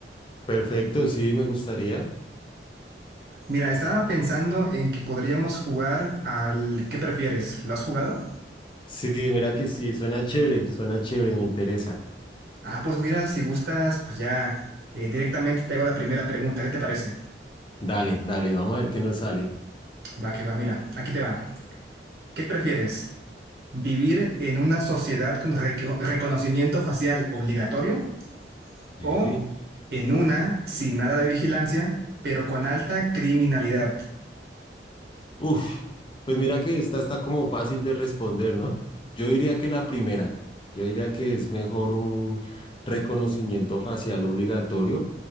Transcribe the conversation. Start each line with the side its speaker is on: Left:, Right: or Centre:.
Left: Perfecto, sí, me gustaría.
Right: Mira, estaba pensando en que podríamos jugar al ¿qué prefieres? ¿Lo has jugado?
Left: Sí, mira que sí, suena chévere, suena chévere, me interesa.
Right: Ah, pues mira, si gustas, pues ya eh, directamente te hago la primera pregunta. ¿Qué te parece?
Left: Dale, dale, vamos a ver qué nos sale.
Right: Va que va, mira, aquí te va. ¿Qué prefieres? ¿Vivir en una sociedad con reco- reconocimiento facial obligatorio
Left: Sí.
Right: o en una sin nada de vigilancia, pero con alta criminalidad?
Left: Uf, pues mira que esta está como fácil de responder, ¿no? Yo diría que la primera, yo diría que es mejor un reconocimiento facial obligatorio,